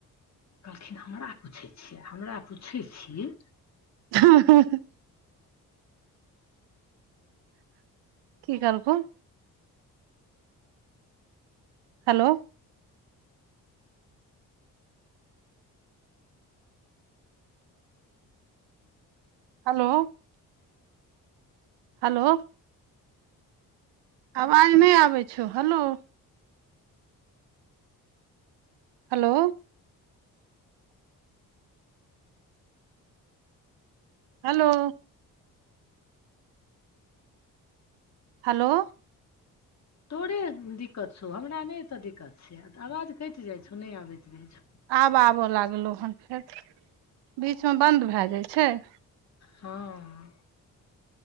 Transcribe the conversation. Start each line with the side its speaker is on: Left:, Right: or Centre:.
Left: कहलखिन हमरा पुछै छियै हमरा पुछै छी
Right: हँ <inaudible> की कहलखुन हलो हलो हलो आवाज नय आबै छौ हलो हलो हलो हलो
Left: तोरे दिक्कत छौ हमरा नय एतऽ दिक्कत छै आवाज कइट जाइ छौ नय आबैत रहै छौ
Right: आब आबय लागलो हन फेर बीचमे बन्द भए जाइ छैय
Left: हँ